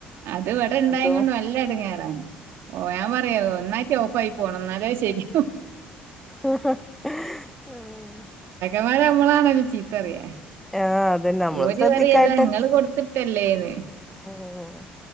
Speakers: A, on the right; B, in the centre.
A: അത് ഇവിടെ ഇണ്ടായേം
B: അതോ
A: കൊണ്ട് നല്ല എടങ്ങേറാണ്. ഓ ഞാൻ പറയാ ഒന്നായിട്ട് ഓഫ് ആയി പോണം എന്നാലേ ശരി
B: ഉം
A: അവരെ നമ്മളാണല്ലോ ചീത്തപറിയ
B: ആഹ് അതന്നെ നമ്മള്
A: ഓര്
B: ശ്രദ്ധിക്കായിട്ടന്നെ
A: പറിയതാ നിങ്ങള് കൊടുത്തിട്ടല്ലേന്ന്
B: ആഹ്